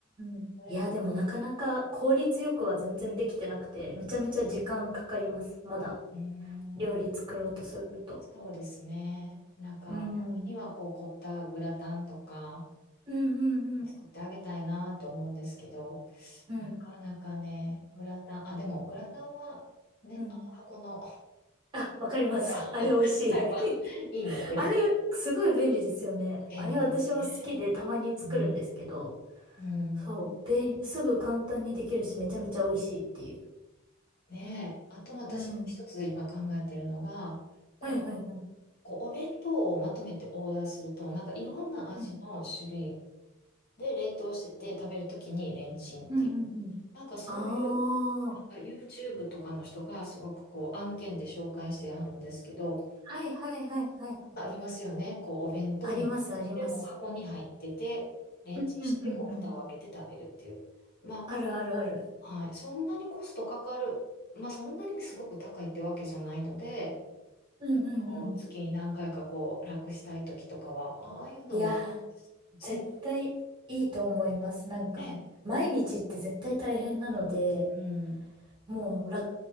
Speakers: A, on the right; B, on the left.
A: ん。
B: それが、
A: いや、でもなかなか効率よくは全然できてなくて、めちゃめちゃ時間かかります。まだ
B: うーん、
A: 料理作ろうとすると。
B: そうですね。なんか、
A: うーん。
B: たまにはこう凝ったグラタンとか、
A: うんうんうん。
B: 作ってあげたいなと思うんですけど、
A: うん。
B: なかなかね、グラタン、あ、でもグラタンはね、
A: うん。
B: あの箱の
A: あ、わかります。
B: <laughs>
A: あれ美味しい。
B: 買えばいいので、
A: <laughs> あれ、すごい便利ですよね。
B: 便利ですね。
A: あれ私も好きでたまに作るんですけど、
B: うん。うん。
A: そう、便、すぐ簡単にできるし、めちゃめちゃ美味しいっていう。
B: ねえ、あと私もう一つ今考えてるのが、
A: うん。
B: こう、
A: はいはいはい。
B: こうお弁当をまとめてオーダーすると、なんかいろんな味の種類
A: うん。
B: で冷凍してて食べるときにレンチンっていう、
A: うんうんうん。
B: なんかそういう、
A: ああ。
B: なんか YouTube とかの人がすごくこう案件で紹介してあるんですけど、
A: はいはいはいはい。
B: ありますよね。こう、お弁当になって、
A: ありますあります。
B: もう箱に入ってて、レンチンして、
A: うんうんうんうん。
B: こう、蓋を開けて食べるっていう。ま
A: あるあるある。
B: あ、はい。そんなにコストかかる。まあ、そんなにすごく高いってわけじゃないので、
A: うんうんうん。
B: こう月に何回かこう、楽したい時とかは、あああいうのも、
A: いやー、
B: 全
A: 絶対いいと思います。なんか、
B: ね、
A: 毎日って絶対大変なので、
B: うん、
A: もう楽